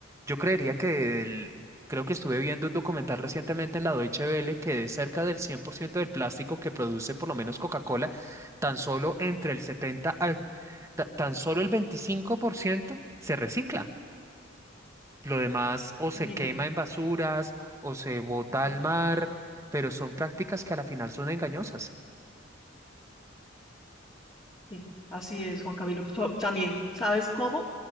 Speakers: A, on the right; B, on the left.
A: yo creería que del- creo que estuve viendo un documental recientemente en la Deutsche Welle que de cerca del 100% del plástico que produce por lo menos Coca-Cola, tan solo entre el 70 al, ta- tan solo el 25% se recicla. Lo demás o se
B: imagínate,
A: quema en basuras o se bota
B: terrible.
A: al mar, pero son prácticas que a la final son engañosas.
B: Sí, así es, Juan Camilo. So- También, ¿sabes cómo?